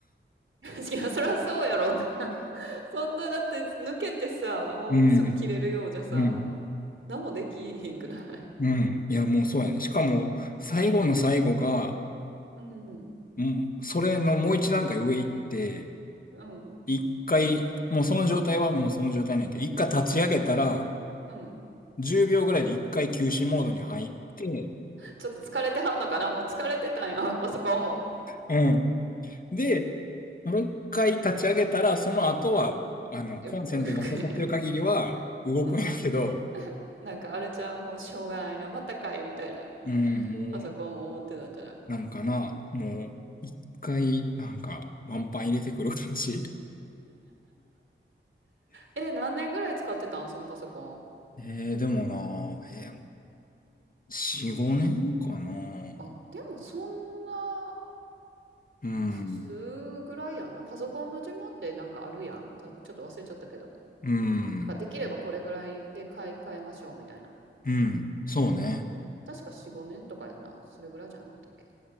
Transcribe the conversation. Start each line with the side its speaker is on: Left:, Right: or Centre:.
Right: 確かに、そりゃそうやろうな。<laughs> そんな、だって抜けてさ、もうすぐ切れるようじゃさ、
Left: うん、うん、
Right: 何もできひんくな。
Left: うん。いや、もうそうやね。しかも、最後の最後が、
Right: うん、
Left: うん、それのもう一段階上行って、
Right: うん、
Left: 一回、もうその状態はもうその状態なんやけど、一回立ち上げたら、
Right: うん。
Left: 10秒ぐらいで一回休止モードに入って、
Right: ちょっと疲れてはんのかなもう疲れてたんや、あそこも。
Left: うん。で、もう一回立ち上げたら、その後は、
Right: うん。
Left: あの、
Right: え
Left: コンセントが刺さってる限りは動くんやけど、
Right: <laughs> うん。なんかあれじゃうもうしょうがないな、またかい、みたいな。
Left: うん、もう、
Right: パソコンも持ってたんじゃない。
Left: なんかな、もう、一回、なんか、ワンパン入れてくる感じ。
Right: え、何年ぐらい使ってたんそのパソコン。
Left: えー、でもな、えー、4、5年かな。
Right: あ、でもそんな
Left: うん、
Right: 普通ぐらいやんな。パソコンの寿命ってなんかあるやん。たちょっと忘れちゃったけど。
Left: うん、
Right: なんかできればこれぐらいで買い替えましょうみたいな。
Left: うん、そうね。
Right: 確か4、5年とかやんな。それぐらいじゃなかったっけ。